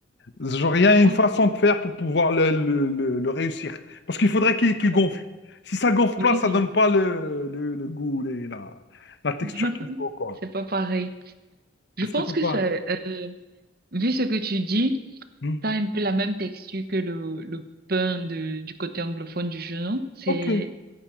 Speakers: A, on the left; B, on the right.
A: Genre, il y a une
B: oh,
A: façon de faire pour pouvoir le, le- le- le réussir. Parce qu'il faudrait qu'il qu'il
B: oh.
A: gonfle. Si ça gonfle
B: Oui,
A: pas, ça
B: oui.
A: donne pas le, le- le goût, les- la, la texture
B: <laughs>
A: qu'il faut, quoi.
B: C'est pas pareil. Je pense
A: C'est pas
B: que
A: pareil.
B: ça, euh, vu ce que tu dis,
A: Hmm.
B: ça a un peu la même texture que le, le pain de, du côté anglophone du genou. C'est
A: Ok,